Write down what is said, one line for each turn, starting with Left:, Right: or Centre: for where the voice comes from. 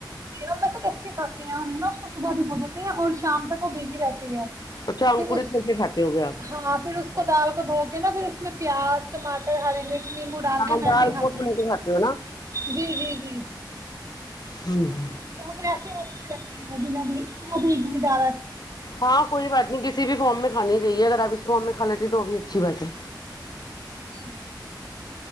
Right: ن م تو کچے کاا نا اس کو صبح میں بو دیتے ہیں اور شام تک وہ بھیگی رہتے ہیں
Left: اچھا انکرت
Right: پھر اس
Left: میں سے کھاتے ہو گے آپ
Right: ہاں پھر اس کو دال کو دھو کے نا پھر اس میں پیاز ٹماٹر ہری ک نیمبو ڈال
Left: ہاں
Right: کے میسی
Left: دال
Right: ہی کھاتے
Left: موٹ بنا کے کھاتے ہو نا
Right: جی جی جی
Left: ہوں ہ
Right: تو ہمیں ایسے بہت اچھے لگتی ہیں جنہ د تو وہ دیک گی زدہ
Left: ہاں کوئی بات نہیں کسی بھی فارم میں کھانی چاہیے اگر آپ اس فارم میں کھا لیتی تو وہ بھی اچھی بات ہے
Right: جی